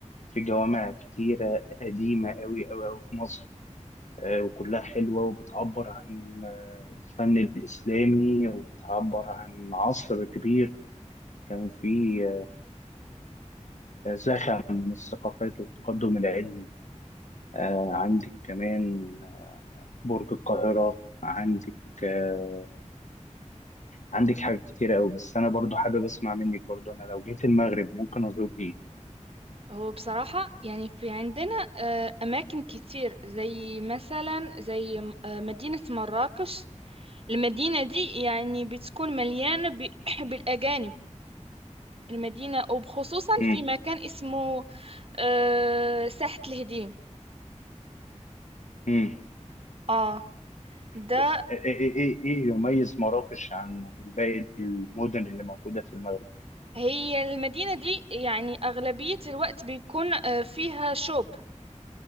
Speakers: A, on the left (about 75°); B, on the right (about 50°).
A: في جوامع كتيرة قديمة أوي أوي أوي في مصر آه، وكلها حلوة وبتعبر عن آه، الفن الإسلامي وبتعبر عن عصر كبير كان فيه آه، زخم من الثقافات والتقدم العلمي آه، عندك كمان برج القاهرة عندك آه، عندك حاجات كتير أوي بس أنا برضو حابب أسمع منك برضو أنا لو جيت المغرب ممكن أزور إيه؟
B: هو بصراحة يعني في عندنا آه، أماكن كتير زي مثلا زي م- آه، مدينة مراكش المدينة دي يعني بتكون مليانة ب- <clears throat> بالأجانب المدينة وبخصوصا
A: مم.
B: في مكان اسمه أه ساحة الهديم
A: مم.
B: اه ده
A: بس إيه إيه إيه إيه يميز مراكش عن عن باقي المدن اللي موجودة في المغرب؟
B: هي المدينة دي يعني أغلبية الوقت بيكون آه، فيها شوب